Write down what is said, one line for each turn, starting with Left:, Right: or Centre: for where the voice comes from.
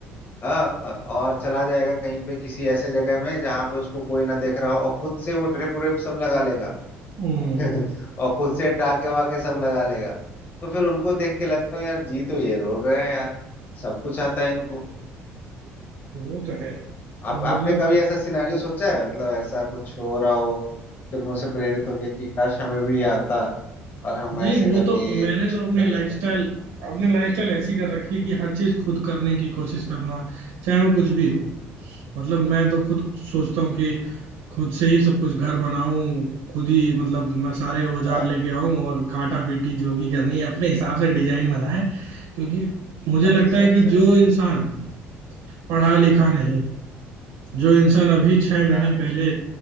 Left: हाँ और चला जाएगा कहीं पे किसी ऐसे जगह में जहाँ पे उसको कोई ना देख रहा हो और खुद से वो ड्रिप व्रिप सब लगा लेगा
Right: हम्म
Left: <laughs> और खुद से टाके वाके सब लगा लेगा तो फिर उनको देख के लगता है यार जी तो ये रोक रहे हैं यार सब कुछ आता है इनको
Right: वो तो है
Left: आप
Right: मतलब
Left: आपने कभी ऐसा सिनारियो सोचा है मतलब ऐसा कुछ हो रहा हो फिल्मों से प्रेरित होके कि काश हमें भी ये आता और हम
Right: नहीं
Left: ऐसे
Right: वो
Left: करके
Right: तो मैंने
Left: ये कुछ
Right: तो अपनी
Left: कर
Right: लाइफस्टाइल
Left: लेते हैं
Right: अपनी लाइफस्टाइल ऐसी कर रखी है कि हर चीज खुद करने की कोशिश करना चाहे वो कुछ भी हो मतलब मैं तो खुद सोचता हूँ कि खुद से ही सब कुछ घर बनाऊं खुद ही मतलब मैं सारे औजार
Left: अच्छा
Right: लेके आऊं और काटा पीटी जो भी करनी
Left: हाँ, हाँ।
Right: है अपने हिसाब से डिजाइन बनाए क्योंकि मुझे लगता
Left: अच्छा
Right: है
Left: अच्छा
Right: कि
Left: अच्छा
Right: जो इंसान पढ़ा लिखा
Left: हाँ
Right: नहीं जो इंसान अभी छह
Left: हाँ
Right: महीने पहले